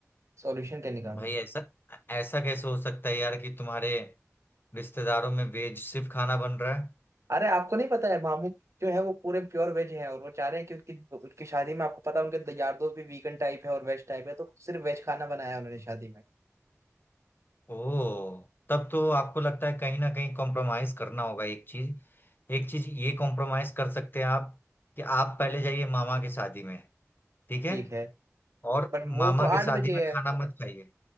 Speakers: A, on the right; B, on the left.
A: सॉल्यूशन क्या निकालूं
B: भाई ऐसा ऐसा कैसे हो सकता है यार कि तुम्हारे रिश्तेदारों में वेज सिर्फ खाना बन रहा है
A: अरे आपको नहीं पता है मामू जो है वो पूरे प्योर वेज है और वो चाह रहे हैं कि उनकी उनकी शादी में आपको पता है उनके यार दोस्त भी वीगन टाइप है और वेज टाइप है तो सिर्फ वेज खाना बनाया है उन्होंने शादी में
B: ओह तब तो आपको लगता है कहीं ना कहीं कॉम्प्रोमाइज करना होगा एक चीज एक चीज ये कॉम्प्रोमाइज कर सकते हैं आप कि आप पहले जाइए मामा की शादी में ठीक है
A: ठीक है
B: और
A: बट वो
B: मामा
A: तो
B: के
A: आठ
B: शादी
A: बजे
B: में
A: है
B: खाना मत खाइए